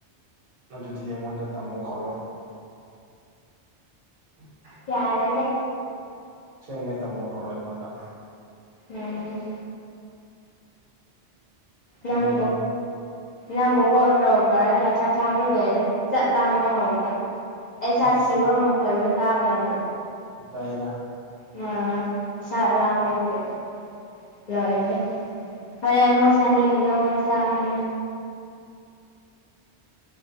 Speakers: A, on the right (about 55°); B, on the left (about 55°).
A: ꯑꯗꯨꯗꯤ ꯑꯩꯉꯣꯟꯗ ꯇꯝꯃꯣ ꯀꯧꯔꯣ ꯎ
B: ꯌꯥꯔꯦꯒ
A: ꯁꯦꯡꯃꯦ ꯇꯝꯃꯣ ꯀꯧꯔꯣ ꯑꯩꯉꯣꯟꯗ
B: ꯎꯝ ꯅꯪ
A: ꯑꯩꯉꯣꯟꯗ ꯑꯗꯨꯝ
B: ꯅꯪꯕꯨ ꯀꯣ ꯇ ꯎ ꯇꯔ ꯆ ꯆꯕꯗꯦ ꯆꯠ ꯂꯥꯡꯕ ꯍꯧꯕ ꯑꯩ ꯆꯥꯛꯊꯤꯕ
A: ꯑꯁ
B: ꯑꯃꯨꯛ ꯈꯣꯏꯁꯨ ꯇꯥꯕ꯭ꯔꯣꯅ
A: ꯇꯥꯏꯗ꯫
B: ꯑ ꯑ ꯑꯣꯏ꯫ ꯌꯥꯣꯏꯁꯦ ꯐꯔꯦꯟ ꯃꯨꯛ ꯁꯥꯅꯤꯡꯒꯦ ꯃꯣꯏ ꯁꯥꯡꯉꯅꯤ